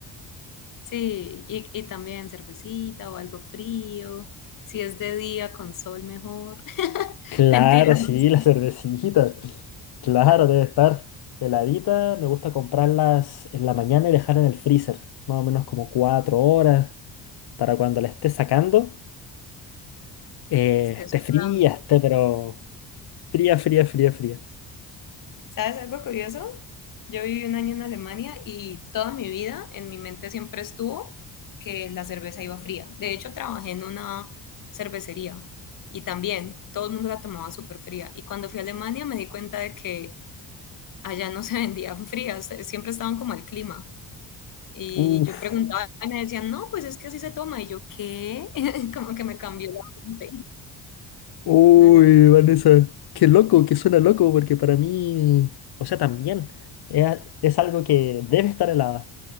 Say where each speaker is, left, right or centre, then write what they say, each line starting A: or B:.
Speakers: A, on the left; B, on the left.
A: Sí, y, y también cervecita o algo frío. Si es de día con sol, mejor. <laughs>
B: Claro,
A: Mentiras,
B: sí,
A: no sé,
B: la cervecita. Claro, debe estar heladita. Me gusta comprarlas en la mañana y dejarla en el freezer, más o menos como cuatro horas, para cuando la esté sacando, eh,
A: estés
B: esté fría,
A: sudando.
B: esté pero fría, fría, fría, fría.
A: ¿Sabes algo curioso? Yo viví un año en Alemania y toda mi vida en mi mente siempre estuvo que la cerveza iba fría. De hecho, trabajé en una cervecería y también todo el mundo la tomaba súper fría. Y cuando fui a Alemania me di cuenta de que allá no <laughs> se vendían frías, eh, siempre estaban como al clima. Y
B: Uf.
A: yo preguntaba y me decían, no, pues es que así se toma. Y yo, ¿qué? <laughs> Como que me cambió la mente.
B: Uy,
A: Una locura,
B: Vanessa, qué loco, que suena loco, porque para mí, o sea, también es, a- es algo que debe estar helada.